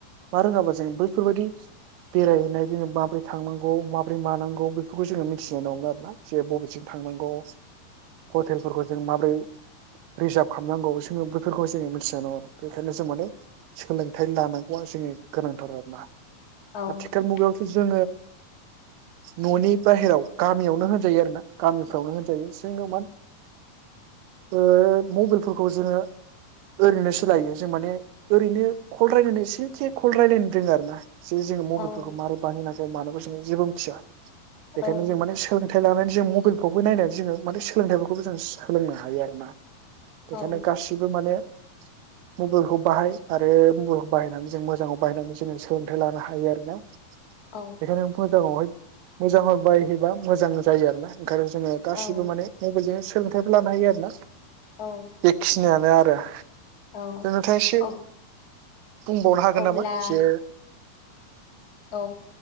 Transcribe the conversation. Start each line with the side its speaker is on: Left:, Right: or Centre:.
Right: मा रोङाबा जों बैफोरबायाददि बेरायहैनाय जोङो माबोरै थांनांगौ माबोरै मानांगौ बेखौ जोङो मिथिनाय नङोमोन आरो ना। जे बबेथिं थांनांगौ हटेलफोरखौ जों माबोरै रिजार्भ खालामनांगौ जोङो बेफोरखौ जोङो मिथिनाय नङा। बेखायनो जों माने सोलोंथाइ लानांगौआ जोंनि गोनांथार आरो ना।
Left: औ
Right: आथिखालनि मुगायावथ' जोङो न'नि। बाहेराव गामियावनो होनजायो आरो ना गामिफ्रावनो होनजायो जोङो मने ओ मबाइलफोरखौ जोङो ओरैनोसो लायो। जों माने ओरैनो कल रायलायनो एसे कल रायज्लायनो रोङो आरो ना। जे जोङो मबाइलफोरखौ
Left: औ
Right: मारै बाहायनांगौ- मानोखौ जोङो जेबो मिथिया। बेखायनो
Left: औ
Right: जों माने सोलों सोलोंथाइ लानायानानै जों मबाइलफ्रावबो नायनानै जोङो माने सोलोंथाइफोरखौबो जों सोलोंनो हायो आरो ना।
Left: औ
Right: बेखायनो गासिबो माने। मबाइलखौ बाहाय आरो मबाइलखौ बाहायनानै जों मोजाङाव बाहायनानै जोङो सोलोंथायाइ लानो हायो आरोना।
Left: औ
Right: बेखायनो फरायथारनांगौ हाय। मोजां ह बायहैबा मोजां जायो आरो ना। ओंखायनो जोङो गासिबो
Left: औ
Right: माने माइजोंनो सो। सोलोंथाइबो लानो हायो आरोना।
Left: औ
Right: बेखिनियानो आरो। दा।
Left: औ
Right: नोंथाङा एसे
Left: औ
Right: बुंबावनो हागोन
Left: अब्ला
Right: नामा जे।
Left: औ।